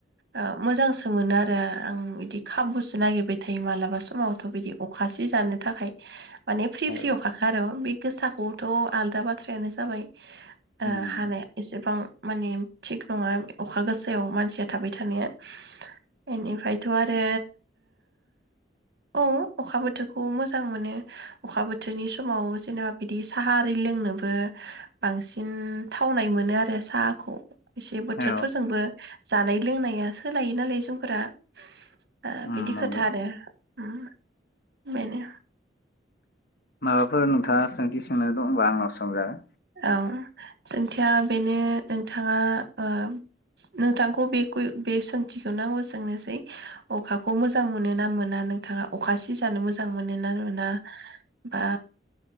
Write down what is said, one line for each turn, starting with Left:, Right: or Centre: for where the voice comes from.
Right: ओ मोजांसो मोनो आरो आं बिदि खाबुसो नागिरबाय थायो मालाबा समावथ' बिदि। अखा सिजानो थाखाय माने फ्रि
Left: औ
Right: फ्रि अखाखा आरो बे गोसाखौथ' आलदा बाथ्रायानो जाबाय ओ
Left: उम
Right: हानाया एसेबां माने थिग नङा अखा गोसायाव मानसिया थाबाय थानाया बेनिफ्रायथ' आरो ओ औ अखा बोथोरखौ मोजां मोनो अखा बोथोरनि समाव जेनेबा बिदि साहा आरि लोंनोबो बांसिन थावनाय मोनो आरो आरो साहाखौ एसे बोथोरफोरजोंबो
Left: औ
Right: जानाय लोंनाया सोलायो नालाय जोंफोरा ओ
Left: उम
Right: बिदि
Left: नंगौ
Right: खोथा आरो ओम बेनो
Left: माबाफोर नोंथाङा सोंथि सोंनो दंबा आंनाव सोंजागोन
Right: औ सोंथिया बेनो नोंथाङा ओ नोंथांखौ बे बे सोंथिखौनो आंबो सोंनोसै अखाखौ मोजां मोनोना मोना नोंथाङा अखा सि जानो मोजां मोनोना मोना बा